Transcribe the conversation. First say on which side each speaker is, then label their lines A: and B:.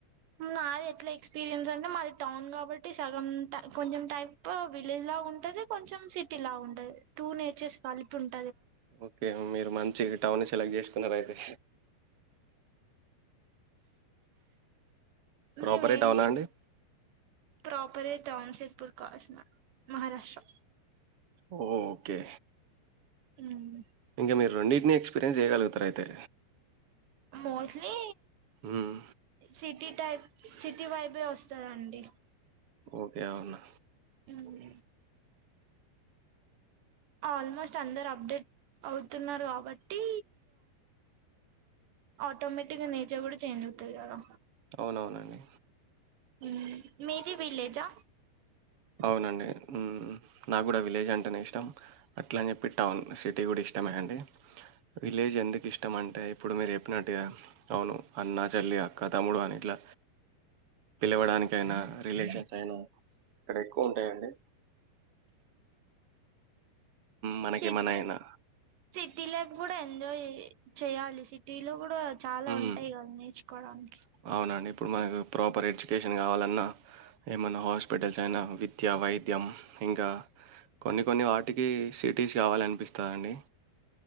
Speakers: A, on the right; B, on the right.
A: నాది ఎట్లా ఎక్స్పీరియన్స్ అంటే మాది టౌన్ కాబట్టి సగం కొంచెం టైప్ విలేజ్ లా ఉంటది కొంచెం సిటీ లాగా ఉంటది టూ నేచర్స్ కలిపి ఉంటు
B: ఓకే మీరు మంచి టౌన్ ఎలాగ చేసుకున్నారు అయితే ప్రాపరే
A: మ మే
B: టౌనా అండి?
A: ప్రాపర టాన్ సెద్పూర్ కాస్మ మహారాష్ట్ర
B: ఓకే
A: హ్మ్మ్
B: ఇంకా మీరు రెండిడ్నీ ఎక్స్ ఎయం చేయాగలుగుతారు అయితే
A: మోస్ట్లీ
B: హ్మ్.
A: సిటీ టైప్ సిటీ వైబే వస్తుందండి
B: ఓకే అవునా
A: హ్మ్మ్ ఆల్మోస్ట్ అందరు అప్డేట్ అవుతున్నారు కాబట్టి ఆటోమేటిక్గా నేచర్ కూడా చేంజ్ అవుతంది కదా
B: అవునవునండి.
A: మ్ మీది విలేజా
B: అవునండి మ్ నాకు కూడా విలేజ్ అంటేనే ఇష్టం అట్లా అని చెప్పి టౌన్ సిటీ కూడా ఇష్టమే అండి విలేజ్ ఎందుకిష్టం అంటే ఇప్పుడు మీరు చెప్పినట్టుగా అవును అన్న చెల్లి అక్క తమ్ముడు అని ఇట్ల పిలవడానికి అయినా రిలేషన్స్ అయినా ఇక్కడ ఎక్కువ ఉంటాయండి మనకి
A: సిట్
B: ఏమైనా అయినా
A: సిటీ లైఫ్ కూడా ఎంజాయ్ చేయాలి సిటీలో కూడా చాలా
B: హ్మ్.
A: ఉంటాయి కదా నేర్చుకోవడానికి
B: అవునండి. ఇప్పుడు మనకు ప్రాపర్ ఎడ్యుకేషన్ కావాలన్నా ఏమన్నా హాస్పిటల్స్ అయినా విద్య వైద్యం ఇంకా కొన్ని కొన్ని వాటికి సిటీస్ కావాలనిపిస్తదండి